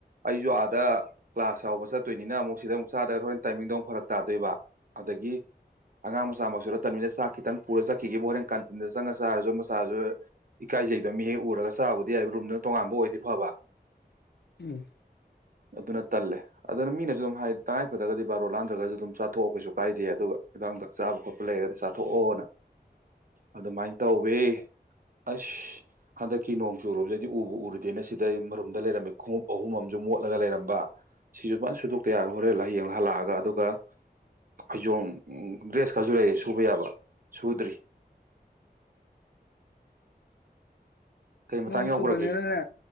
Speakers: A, on the right; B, on the left.
A: ꯑꯩꯁꯨ ꯑꯥꯗ ꯀ꯭ꯂꯥꯁ ꯌꯥꯎꯕ ꯆꯠꯇꯣꯏꯅꯤꯅ ꯑꯃꯨꯛ ꯃꯨꯛ ꯆꯥꯗꯒ ꯍꯣꯔꯦꯟ ꯇꯥꯏꯃꯤꯡꯗꯨꯃꯨꯛ ꯐꯔꯛ ꯇꯥꯗꯣꯏꯕ ꯑꯗꯒꯤ ꯑꯉꯥꯡ ꯃꯆꯥ ꯃꯛꯁꯨꯨ ꯅꯠꯇꯕꯅꯤꯅ ꯆꯥꯛ ꯈꯤꯇꯪ ꯄꯨꯔ ꯆꯠꯈꯤꯒꯦꯕꯨ ꯍꯣꯔꯦꯟ ꯀꯥꯟꯇꯤꯟꯗ ꯆꯪꯉꯒ ꯆꯥꯔꯁꯨ ꯑꯃ ꯆꯥꯔꯁꯨ ꯏꯀꯥꯏꯖꯩꯗꯣ ꯃꯤ ꯍꯦꯛ ꯎꯔꯒ ꯆꯥꯕꯗꯤ ꯌꯥꯏ ꯔꯨꯝꯗꯨꯅ ꯇꯣꯉꯥꯟꯕ ꯑꯣꯏꯗꯤ ꯐꯕ
B: ꯎꯝ
A: ꯑꯗꯨꯅ ꯇꯜꯂꯦ ꯑꯗꯨꯅ ꯃꯤꯅꯁꯨ ꯑꯗꯨꯝ ꯍꯥꯏ ꯇꯉꯥꯏ ꯐꯗꯒꯗꯤ ꯕꯥꯔꯣ ꯂꯥꯟꯗ꯭ꯔꯒꯁꯨ ꯑꯗꯨꯝ ꯆꯥꯊꯣꯛꯑꯣ ꯀꯩꯁꯨ ꯀꯥꯏꯗꯦ ꯑꯗꯨꯒ ꯍꯤꯗꯥꯡꯗ ꯆꯥꯕ ꯈꯣꯠꯄ ꯂꯩꯔꯗꯤ ꯆꯥꯊꯣꯛꯑꯣꯅ ꯑꯗꯨꯃꯥꯏꯅ ꯇꯧꯋꯦ ꯑꯁ ꯍꯟꯗꯛꯀꯤ ꯅꯣꯡ ꯆꯨꯨꯔꯨꯕꯗꯗꯤ ꯎꯕ ꯎꯔꯨꯗꯦꯅ ꯁꯤꯗꯩ ꯃꯔꯨꯝꯗ ꯂꯩꯔꯝꯃꯤ ꯈꯣꯡꯎꯞ ꯑꯍꯨꯝ ꯑꯃꯁꯨ ꯃꯣꯠꯂꯒ ꯂꯩꯔꯝꯕ ꯁꯤꯁꯨ ꯐꯅ ꯁꯨꯗꯣꯛꯇ ꯌꯥꯔ ꯍꯣꯔꯦꯟ ꯍꯌꯦꯡ ꯍꯜꯂꯛꯑꯒ ꯑꯗꯨꯒ ꯐꯩꯖꯣꯝ ꯗ꯭ꯔꯦꯁꯀꯁꯨ ꯂꯩ ꯁꯨꯕ ꯌꯥꯕ ꯁꯨꯗ꯭ꯔꯤ ꯀꯩ ꯃꯇꯥꯡ
B: ꯅꯣꯡ
A: ꯌꯥꯎꯈ꯭ꯔꯒꯦ
B: ꯆꯨꯕꯅꯤꯅꯅꯦ